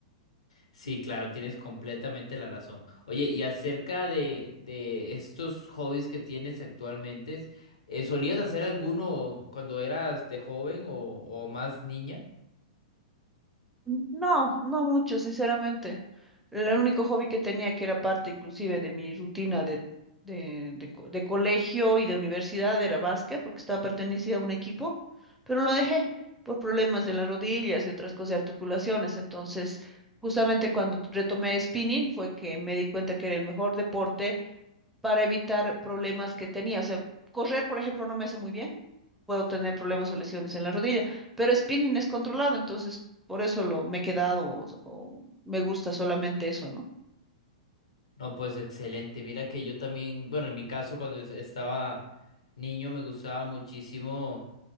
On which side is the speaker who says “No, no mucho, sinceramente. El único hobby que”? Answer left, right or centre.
Centre